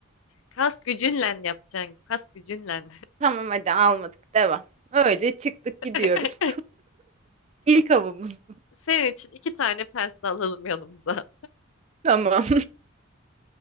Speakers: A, on the left; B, on the right.
A: Kas gücünle yapacaksın. Kas gücünle.
B: Tamam hadi almadık devam. Öyle çıktık gidiyoruz.
A: <laughs>
B: <laughs> İlk avımız.
A: Senin için iki tane pense alalım yanımıza.
B: Tamam.